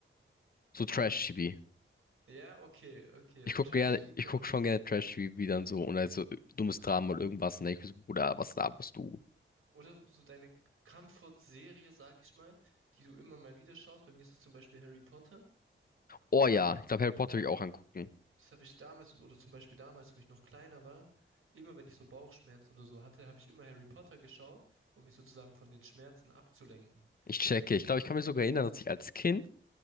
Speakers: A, on the left; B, on the right.
A: So Trash-TV.
B: ja, okay, okay.
A: Ich
B: So
A: guck
B: trashy
A: gerne,
B: wie komm.
A: ich guck schon gerne Trash-TV wie dann so und also äh, dummes Drama oder irgendwas. Und dann denk ich mir so, Bruder, was laberst du?
B: Oder so deine Comfort-Serie, sag ich mal, die du immer mal wieder schaust. Bei mir ist es zum Beispiel Harry Potter.
A: Oh ja, ich glaube, Harry Potter will ich auch angucken.
B: Das habe ich damals, oder zum Beispiel damals, wo ich noch kleiner war, immer wenn ich so Bauchschmerzen oder so hatte, habe ich immer Harry Potter geschaut, um mich sozusagen von den Schmerzen abzulenken.
A: Ich checke. Ich glaube, ich kann mich sogar erinnern, dass ich als Kind,